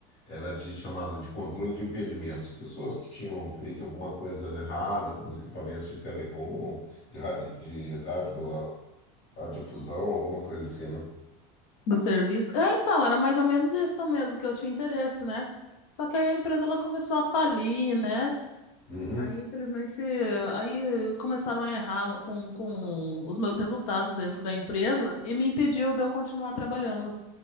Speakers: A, on the left; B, on the left.
A: Era de, chamado de controle de impedimentos. Pessoas que tinham feito alguma coisa errada com equipamentos de telecom, de rádio, de rádio, radiodifusão, alguma coisa assim, né?
B: Do serviço. É, então, era mais ou menos isso mesmo, que eu tinha interesse, né? Só que aí a empresa ela começou a falir, né?
A: Uhum.
B: Aí, infelizmente, aí começaram a errar com, com os meus resultados dentro da empresa e me impediu de eu continuar trabalhando.